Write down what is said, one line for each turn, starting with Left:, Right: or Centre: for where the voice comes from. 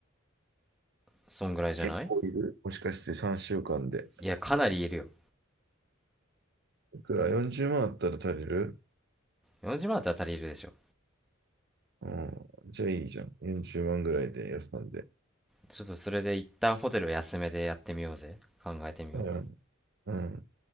Centre: そんぐらいじゃない
Right: 結構いるもしかして3週間で。
Centre: いや、かなりいるよ。
Right: いくら ?40 万あったら足りる
Centre: 4時まんだったら足りるでしょ。
Right: うん。じゃあいいじゃん。40万ぐらいで、予算で。
Centre: ちょっとそれで一旦ホテルを安めでやってみようぜ。考えてみよう。
Right: うん。うん。